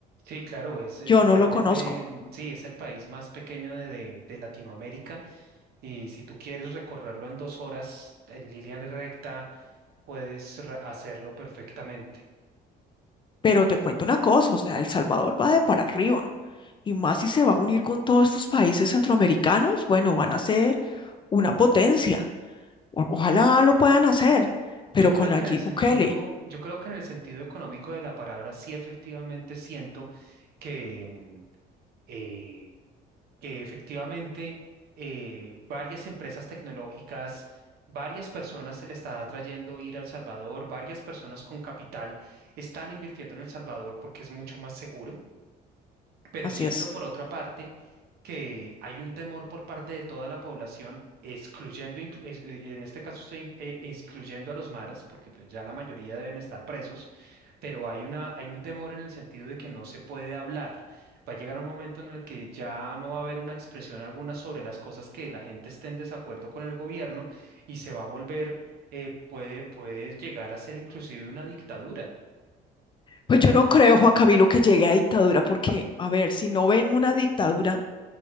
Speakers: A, on the right; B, on the left.
A: Sí, claro, es efectivamente,
B: Yo no lo conozco.
A: mm, sí, es el país más pequeño de, de de Latinoamérica Y si tú quieres recorrerlo en dos horas en línea recta, puedes ra- hacerlo perfectamente.
B: Pero te cuento una cosa, o sea, El Salvador va de para arriba. Y más si se va a unir con todos estos países centroamericanos, bueno, van a ser una potencia. O- ojalá lo puedan hacer, pero
A: Yo
B: con
A: creo
B: Nayib
A: que en el sentido,
B: Bukele,
A: yo creo que en el sentido económico de la palabra, sí efectivamente siento que, mm, eh, que efectivamente eh, varias empresas tecnológicas, varias personas se le está atrayendo ir al Salvador, varias personas con capital están invirtiendo en El Salvador porque es mucho más seguro. Pero
B: así
A: siento
B: es.
A: por otra parte que hay un temor por parte de toda la población, excluyendo, inclu- ex- eh, en este caso estoy eh, excluyendo a los maras, porque pues ya la mayoría deben estar presos, pero hay una, hay un temor en el sentido de que no se puede hablar. Va a llegar un momento en el que ya no va a haber una expresión alguna sobre las cosas que la gente esté en desacuerdo con el gobierno y se va a volver, eh, puede, puede llegar a ser inclusive una dictadura.
B: Pues yo no creo, Juan Camilo, que llegue a dictadura, porque, a ver, si no ven una dictadura,